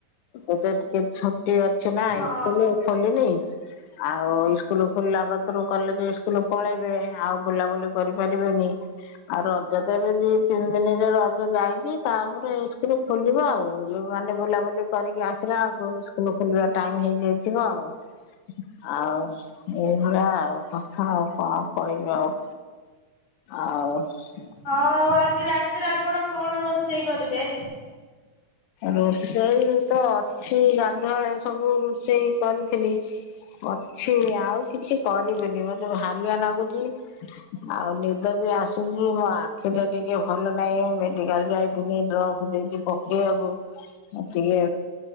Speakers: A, on the left; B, on the left.
A: ଏବେ ଟିକେ ଛୁଟି ଅଛି ନା
B: ହଁ
A: ସ୍କୁଲ ଖୋଲିନି। ଆଉ ଇସ୍କୁଲ ଖୋଲିଲା କତରୁ କଲେଜ ଇସ୍କୁଲ ପଳେଇବେ ଆଉ ବୁଲାବୁଲି କରିପାରିବେନି। ଆଉ ରଜ ତ ଏବେ ଦି ତିନି ଦିନରେ ରଜ ଯାଇଛି, ତାପରେ ଏଇ ଇସ୍କୁଲ ଖୋଲିବ ଆଉ। ମାନେ ବୁଲାବୁଲି କରିକି ଆସିଲା ଏକୁ ଇସ୍କୁଲ ଖୋଲିବା ଟାଇମ ହେଇଯାଇଥିବ ଆଉ। ଆଉ ଏଇଭଳିଆ ଆଉ ହଁ କଣ କହିବି ଆଉ। ଆଉ
B: ହଁ ଆଉ ଆଜି ରାତିରେ ଆପଣ କଣ ରୋଷେଇ କରିବେ?
A: ରୋଷେଇ ତ ଅଛି ଗାଧୁଆଳେ ସବୁ ରୋଷେଇ କରିଥିଲି। ଅଛି ଆଉ କିଛି କରିବିନି ମତେ ହାଲିଆ ଲାଗୁଛି ଆଉ ନିଦ ବି ଆସୁଛି ମୋ ଆଖି ଟା ଟିକେ ଭଲ ନାହିଁ। ମେଡିକାଲ ଯାଇଥିଲି ଡ୍ରପ ଦେଇଛି ପକେଇ ଟିକେ